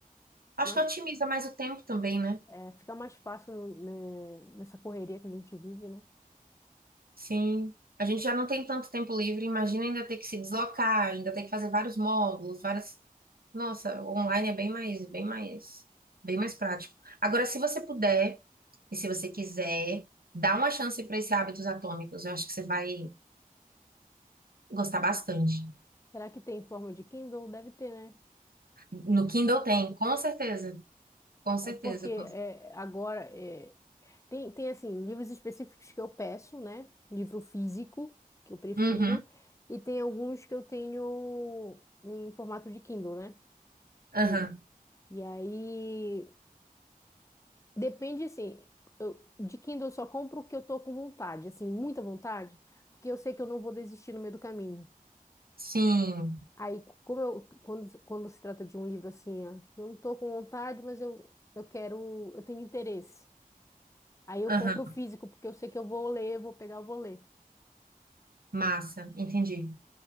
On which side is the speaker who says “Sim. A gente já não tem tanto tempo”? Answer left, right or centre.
Right